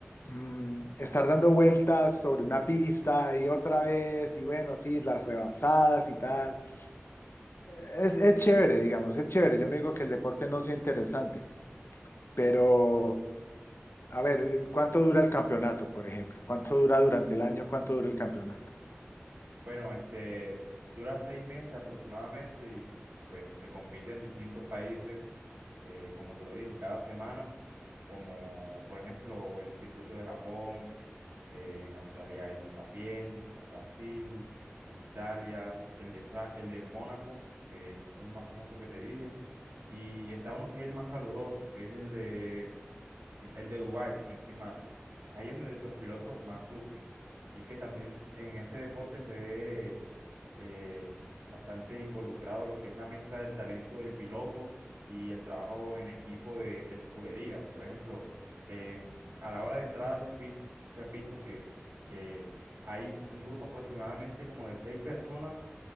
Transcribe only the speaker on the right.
Bueno, este dura seis meses aproximadamente y pues se compite en distintos países, eh, como te lo dije, cada semana, como por ejemplo el circuito de Japón, eh, en Australia hay también, en Brasil, en Italia, el de Fra- el de Mónaco, que es el más famoso que te dije. Y está uno que es el más caluroso, que es el de el de Dubái, si no estoy mal. Ahí es donde los pilotos más sufren. Y es que también en este deporte se ve eh, bastante involucrado lo que es la mezcla del talento del piloto y el trabajo en equipo de, de la escudería. Por ejemplo, eh, a la hora de entrar a los pits, se ha visto que eh, hay un grupo aproximadamente como de seis personas,